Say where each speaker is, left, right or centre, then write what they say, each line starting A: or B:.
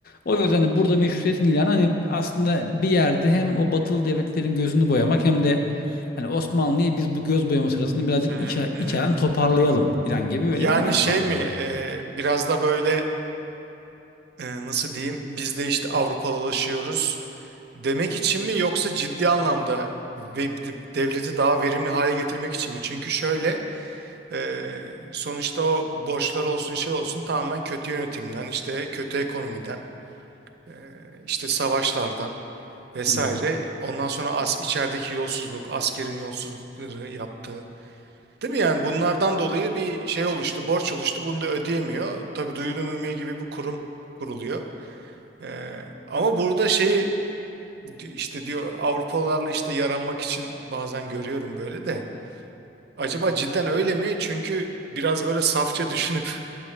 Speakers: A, on the left (about 55°); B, on the right (about 65°).
A: O yüzden de burada meşrutiyetin ilanı hani aslında bir yerde hem o batılı devletlerin gözünü boyamak hem de hani Osmanlı'yı biz bu göz boyama sırasında birazcık
B: Hı hı,
A: içer,
B: hı
A: içeren
B: hı.
A: toparlayalım falan gibi böyle
B: Yani
A: bir amaç
B: şey
A: vardı
B: mi
A: orada
B: e,
A: yani.
B: biraz da böyle e, nasıl diyeyim biz de işte Avrupalılaşıyoruz demek için mi yoksa ciddi anlamda ve de- devleti daha verimli hale getirmek için mi? Çünkü şöyle e, sonuçta o borçlar olsun şey olsun tamamen kötü yönetimden işte kötü ekonomiden e, işte savaşlardan vesaire.
A: Hı hı.
B: Ondan sonra as içerideki yolsuzluk, askerin yolsuzlukları yaptığı. Değil mi yani bunlardan dolayı bir şey oluştu, borç oluştu. Bunu da ödeyemiyor. Tabii duyuru mümkün gibi bir kurum kuruluyor. Ee, ama burada şeyi di- işte diyor Avrupalılarla işte yaranmak için bazen görüyorum böyle de. Acaba cidden öyle mi? Çünkü biraz böyle safça düşünüp <laughs>